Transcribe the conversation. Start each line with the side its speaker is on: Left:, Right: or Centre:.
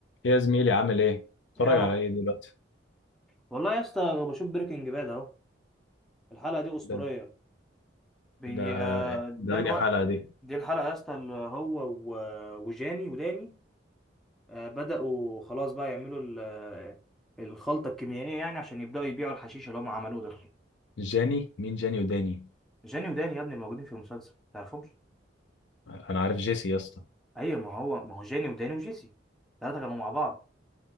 Left: يا زميلي عامل ايه؟ اتفرج
Centre: يا محمد
Left: على ايه دلوقتي؟
Centre: والله يا اسطى أنا بشوف بريكنج باد اهو الحلقه دي اسطوريه
Left: ده
Centre: بي...
Left: ده
Centre: ده
Left: ده
Centre: الوقت
Left: انهي حلقة دي؟
Centre: دي الحلقه يا اسطى اللي هو و... وجاني وداني آه، بداوا خلاص بقى يعملوا ال... الخلطه الكيميائيه يعني عشان يبداوا يبيعوا الحشيش اللي هم عملوه ده
Left: جاني؟ مين جاني وداني؟
Centre: جاني وداني يا ابني الموجودين في المسلسل تعرفهمش
Left: انا عارف جيسي يا اسطى
Centre: ايوه ما هو ما هو جاني وداني وجيسي الثلاثه كانوا مع بعض